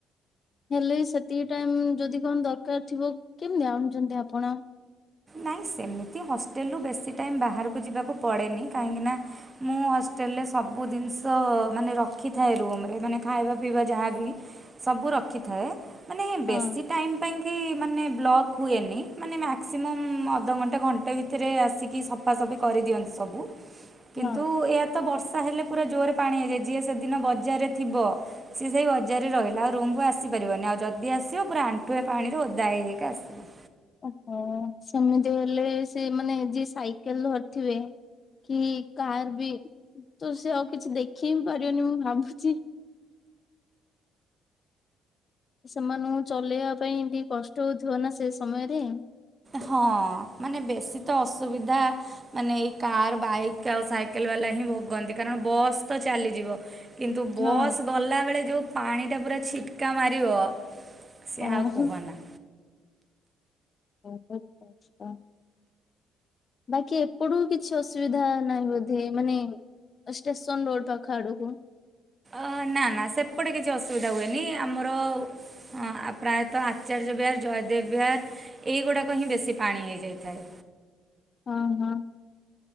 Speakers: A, on the left; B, on the right.
A: ହେଲେ ସେତିକି ଟାଇମ ଯଦି କଣ ଦରକାର ଥିବ କେମିତି ଆଣୁଛନ୍ତି ଆପଣ?
B: ନାଇଁ ସେମିତି ହଷ୍ଟେଲ ରୁ ବେଶୀ ଟାଇମ ବାହାରକୁ ଯିବାକୁ ପଡେନି କାହିଁକି ନା ମୁଁ ହଷ୍ଟେଲରେ ସବୁ ଜିନିଷ ମାନେ ରଖିଥାଏ ରୁମ୍ ରେ ମାନେ ଖାଇବା ପିଇବା ଯାହାବି ସବୁ ରଖିଥାଏ। ମାନେ
A: ହଁ
B: ବେଶ ଟାଇମ୍ ପାଇଁ କି ମାନେ ବ୍ଲକ୍ ହୁଏନି ମାନେ ମ୍ୟାକ୍ସିମମ୍ ଅଧଘଣ୍ଟେ ଘଣ୍ଟେ ଭିତରେ ଆସିକି ସଫାସଫି କରିଦିଅନ୍ତି ସବୁ କିନ୍ତୁ
A: ହଁ
B: ଏ ବର୍ଷା ହେଲେ ପୁରା ଜୋରରେ ପାଣି ହେଇଯାଏ ଯିଏ ସେଦିନ ବଜାରରେ ଥିବ ସିଏ ସେଇ ବଜାରରେ ରହିଲା ଆଉ ରୁମ୍ ମୁୁ ଆସିପାରିବନି ଆଉ ଯଦି ଆସିବ ପୁରା ଆଣ୍ଠୁଏଁ ପାଣିରେ ଓଦା ହେଇ ହେଇକା ଆସିବ
A: ଓହୋ ସେମିତି ହେଲେ ସେ ମାନେ ଯିଏ ସାଇକେଲ ଧରିଥିବେ କି କାହାର ବି ତ ସେ ଆଉ କିଛି ଦେଖେଇ ବିି ପାରିବନି ମୁଁ ଭାବୁଛି ସେମାନଙ୍କୁ ଚଲେଇବା ପାଇଁ ଟିକେ କଷ୍ଟ ହଉଥିବ ନା ସେ ସମୟରେ
B: ହଁ ମାନେ ବେଶୀ ତ ଅସୁବିଧା ମାନେ ଏଇ କାର ବାଇକ୍ ଆଉ ସାଇକେଲ ବାଲା ହିଁ ଭୋଗନ୍ତି କାରଣ ବସ୍ ତ ଚାଲିଯିବ। କିନ୍ତୁ ବସ୍
A: ହଁ
B: ଗଲା ବେଳେ ଯୋଉ ପାଣି ଟା ପୁରା ଛିଟ୍ କା ମାରିବ ସେ
A: ହଁ
B: ଆଉ କହନା
A: ଓଚଛା <unintelligible> ବାକି ଏପଟୁ କିଛି ଅସୁବିଧା ନାହିଁ ବୋଧେ ମାନେ ଷ୍ଟେସନ୍ ରୋଡ୍ ପାଖ ଆଡକୁୁ
B: ଅ ନା ନା ସେପଟେ କିଛି ଅସୁବିଧା ହୁଏନି ଆମର ହଁ ଆ ପ୍ରାୟତଃ ଆଚାର୍ଯ୍ୟ ବିହାର ଜୟ ଦେବବିହାର ଏଇଗୁଡ଼ାକ ହିଁ ବେଶୀ ପାଣି ହେଇଯାଇଥାଏ।
A: ହଁ ହଁ।